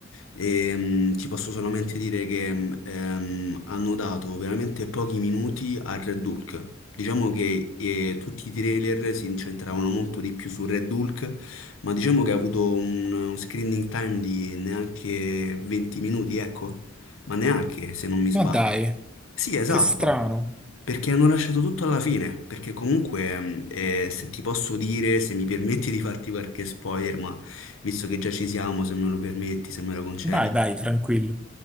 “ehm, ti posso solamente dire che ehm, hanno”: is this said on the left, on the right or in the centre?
Left